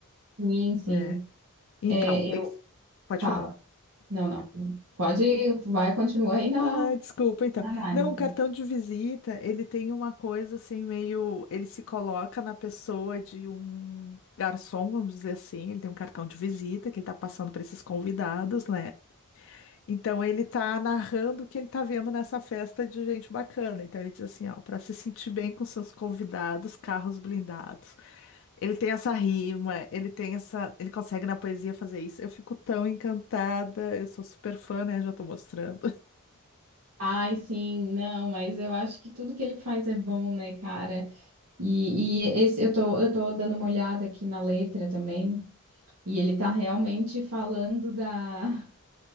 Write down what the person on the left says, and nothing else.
É. Então,
esse... pode
falar.
Ah, desculpa, então.
Não, o cartão de visita, ele tem uma coisa assim, meio. Ele se coloca na pessoa de um garçom, vamos dizer assim. Ele tem um cartão de visita que ele tá passando para esses convidados, né? Então, ele tá narrando o que ele tá vendo nessa festa de gente bacana. Então, ele diz assim: ó, para se sentir bem com seus convidados, carros blindados. Ele tem essa rima, ele tem essa. Ele consegue na poesia fazer isso. Eu fico tão encantada, eu sou super fã, né? Já tô mostrando.